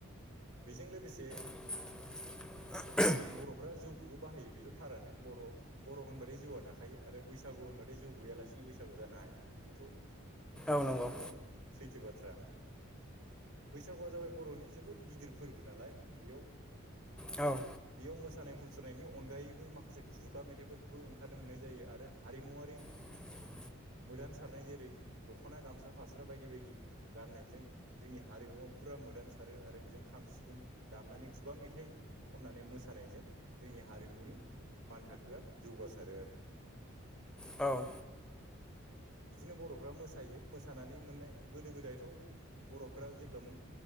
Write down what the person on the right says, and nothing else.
बेजों लोगोसे
बर'फ्रा जौखौबो बाहायो बेथ' थाथारोनो बर' बर' होनबाथाय जौआ थाखायो आरो बैसागु होनबाथाय जौ गैयाबानो जाथारा गैयालासिनो बैसागु जानो हाया बेथ'
गोबां सैथो बाथ्रा बैसागुआ जाबाय बर'नि जोबोद गिदिर फोरबो नालाय बेयाव
बेयाव मोसानाय मुसुरनायनि अनगायैबो माखासे खुगा मेथाइफोरखौबो ओंखारनो मोननाय जायो आरो हारिमुवरारि
मोदान सारनाय जेरै दख'ना गामसा फास्राब बायदि बायदि गाननायजों जोंनि हारिमुवा फुरा मोदान थारो आरो बेजों खाम सिफुं दामनानै खुगा मेथाइ खननानै मोसानायजों जोंनि हारिमुनि मान थाखोआ जौगासारो आरोखि
बिदिनो बर'फ्रा मोसायो मोसानानै मोननाय गोदो गोदायथ' बर'फ्रा जेब्ला